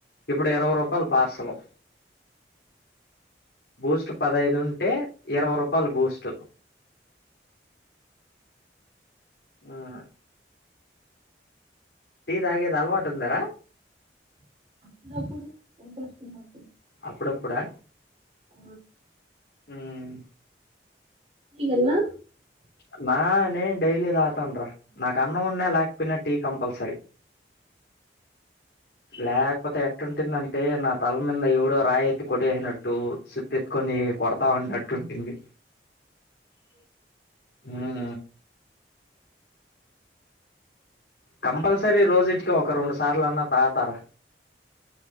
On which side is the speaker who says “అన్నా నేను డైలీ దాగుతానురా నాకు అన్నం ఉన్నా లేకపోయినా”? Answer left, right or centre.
Left